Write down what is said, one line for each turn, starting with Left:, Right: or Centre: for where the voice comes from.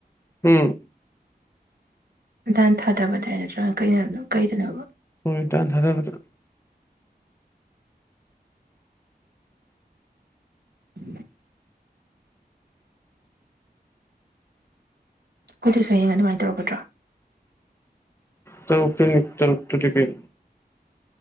Left: ꯎꯝ
Right: ꯗꯥꯟ ꯊꯥꯗꯕꯗꯔꯥ ꯅꯠꯇ꯭ꯔꯒꯅ ꯀꯩꯅꯗꯣ ꯀꯩꯗꯅꯣꯕ
Left: ꯍꯣꯏ ꯏ ꯇꯥꯟ ꯊꯥꯗꯕꯗ
Right: <inaudible> ꯑꯗꯨꯁꯨ ꯍꯌꯦꯡ ꯑꯗꯨꯃꯥꯏꯅ ꯇꯧꯔꯛꯀꯗ꯭ꯔꯣ?
Left: ꯇ ꯎꯇ ꯇ ꯎꯛꯇ ꯇꯀꯩ